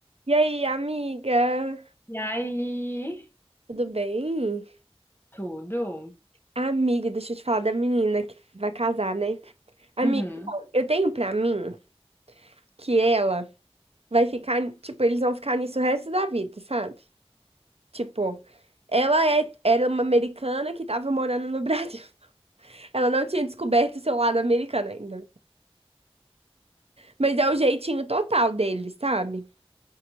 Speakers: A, on the right; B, on the left.
A: E aí, amiga?
B: E aí?
A: Tudo bem?
B: Tudo?
A: Amiga, deixa eu te falar da menina que vai casar, né? Amiga,
B: Uhum.
A: então, eu tenho pra mim que ela vai ficar, tipo, eles vão ficar nisso o resto da vida, sabe? Tipo, ela é, era uma americana que tava morando no Brasil. <laughs> Ela não tinha descoberto o seu lado americano ainda. Mas é o jeitinho total deles, sabe?